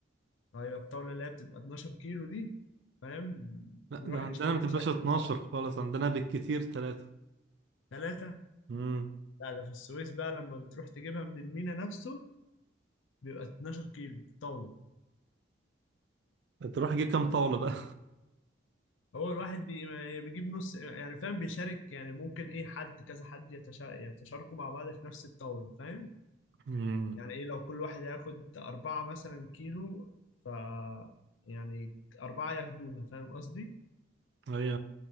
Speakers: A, on the left; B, on the right.
A: ايوه الطاولة اللي هي بتبقى 12 كيلو دي فاهم
B: لا
A: نروح
B: ده عندنا
A: نشتري
B: ما تبقاش
A: بشكل
B: 12
A: بقى
B: خالص عندنا بالكتير ثلاثة
A: ثلاثة
B: امم
A: لا ده في السويس بقى لما بتروح تجيبها من المينا نفسه بيبقى 12 كيلو طاولة
B: تروح تجيب كام طاولة بقى
A: هو الواحد بي- بيجيب نص يعني فاهم بيشارك يعني ممكن ايه حد كذا حد يتشا- يتشاركوا مع بعض في نفس الطاولة فاهم
B: <laughs> امم
A: يعني ايه لو كل واحد هياخد أربعة مثلا كيلو ف يعني أربعة ياخدوها فاهم قصدي؟
B: هي